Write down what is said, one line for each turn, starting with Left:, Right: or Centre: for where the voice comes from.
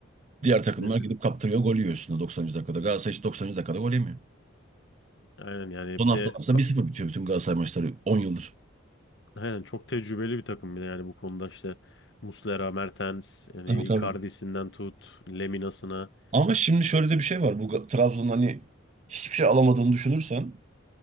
Right: Diğer takımlar
Left: Mesela.
Right: gidip kaptırıyor, gol yiyor üstüne 90. dakikada. Galatasaray hiç 90. dakikada gol yemiyor.
Left: Aynen yani
Right: Son
Left: bir
Right: haftalar
Left: de
Right: aslında
Left: ka-
Right: 1-0 bitiyor bütün Galatasaray maçları 10 yıldır.
Left: aynen çok tecrübeli bir takım bir de yani bu konuda işte Muslera, Mertens, yani
Right: Tabii tabii.
Left: Icardi'sinden tut, Lemina'sına.
Right: Ama şimdi şöyle de bir şey var. Bu Ga- Trabzon'un hani hiçbir şey alamadığını düşünürsen